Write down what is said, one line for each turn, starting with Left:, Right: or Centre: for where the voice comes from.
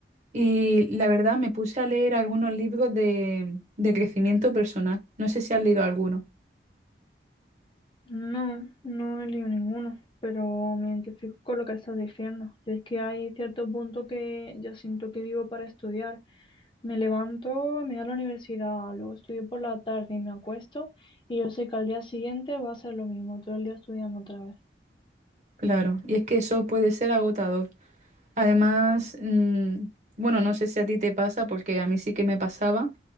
Right: Y la verdad me puse a leer algunos libros de, de crecimiento personal. No sé si has leído alguno.
Left: No, no he leído ninguno, pero me identifico con lo que estás diciendo. Yo es que hay cierto punto que ya siento que vivo para estudiar. Me levanto, me voy a la universidad, luego estudio por la tarde y me acuesto y yo sé que al día siguiente va a ser lo mismo, todo el día estudiando otra vez.
Right: Claro, y es que eso puede ser agotador. Además, mm, bueno, no sé si a ti te pasa, porque a mí sí que me pasaba,